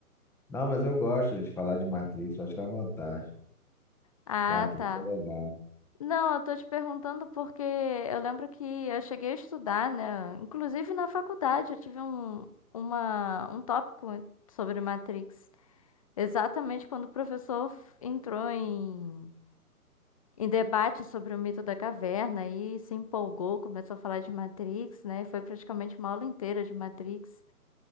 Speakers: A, in the centre; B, on the left.
A: Não, mas eu gosto de falar de Matrix, acho que à vontade.
B: Ah,
A: Matrix
B: tá.
A: é legal.
B: Não, eu tô te perguntando porque eu lembro que eu cheguei a estudar, né? Inclusive na faculdade eu tive um, uma, um tópico sobre Matrix. Exatamente quando o professor f- entrou em, em debate sobre o mito da caverna e se empolgou, começou a falar de Matrix, né? E foi praticamente uma aula inteira de Matrix.